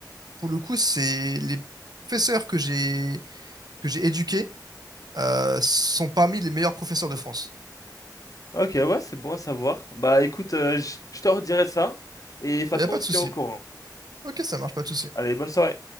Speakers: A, on the right; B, on the left.
A: pour le coup, c'est les professeurs que j'ai que j'ai éduqués euh, sont parmi les meilleurs professeurs de France.
B: Ok, ouais, c'est bon à savoir. Bah écoute, euh, je je te redirai ça et de toute façon,
A: Il n'y a pas
B: on se
A: de souci.
B: tient au courant.
A: Ok, ça marche, pas de souci.
B: Allez, bonne soirée.